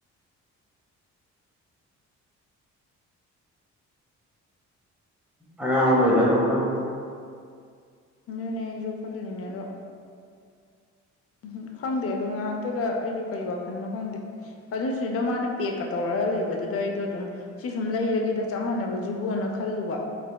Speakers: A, in the centre; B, on the left.
A: ꯑꯉꯥꯡꯕꯗꯣ ꯑꯣꯏꯅ ꯂꯩꯔꯝꯗꯝꯅꯤ
B: ꯑꯗꯨꯅꯦ ꯑꯩꯁꯨ ꯈꯜꯂꯤꯅꯤꯅꯦ ꯑꯗꯣ
A: <inaudible>
B: ꯎꯝ ꯈꯪꯗꯦ ꯑꯗꯨ ꯉꯥꯏꯍꯥꯛꯇꯨꯗ ꯑꯩꯁꯨ ꯀꯔꯤ ꯋꯥꯈꯜꯅꯣ ꯈꯪꯗꯦ ꯑꯗꯨꯁꯨ ꯑꯗꯨꯝ ꯃꯥꯅ ꯄꯦꯛꯀ ꯇꯧꯔ ꯂꯩꯕꯗꯨꯗ ꯑꯩꯗꯣ ꯑꯗꯨꯝ ꯁꯤ ꯁꯨꯝ ꯂꯩꯔꯒꯦꯗ ꯆꯞ ꯃꯥꯟꯅꯕ ꯖꯤꯕꯨꯅ ꯈꯜꯂꯨꯕ